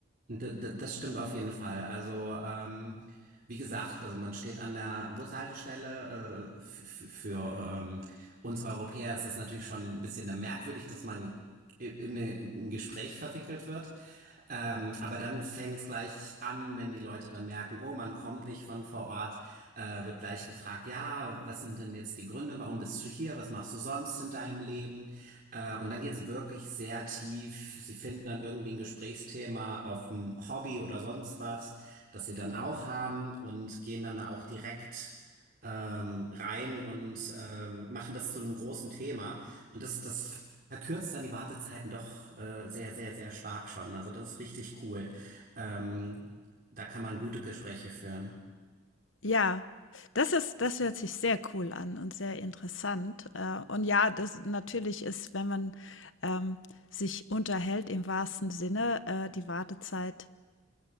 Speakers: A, on the right; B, on the left.
A: D d- das stimmt auf jeden Fall. Also, ähm, wie gesagt, also man steht an der Bushaltestelle. Äh, f- f- für ähm, uns Europäer ist das natürlich schon ein bisschen merkwürdig, dass man i- in ne- in ein Gespräch verwickelt wird. Ähm, aber dann fängt es gleich an, wenn die Leute dann merken, oh, man kommt nicht von vor Ort. Telefonat äh, wird gleich gefragt, ja, was sind denn jetzt die Gründe, warum bist du hier, was machst du sonst in deinem Leben? Äh, und dann geht es wirklich sehr tief. Sie finden dann irgendwie ein Gesprächsthema auf ein Hobby oder sonst was, das sie dann auch haben und gehen dann da auch direkt ähm, rein und ähm, machen das zu einem großen Thema. Und das, das verkürzt dann die Wartezeiten doch äh, sehr, sehr, sehr stark schon. Also das ist richtig cool. Ähm, da kann man gute Gespräche führen.
B: Ja, das ist das hört sich sehr cool an und sehr interessant. Äh, und ja, das natürlich ist, wenn man, ähm, sich unterhält im wahrsten Sinne, äh, die Wartezeit,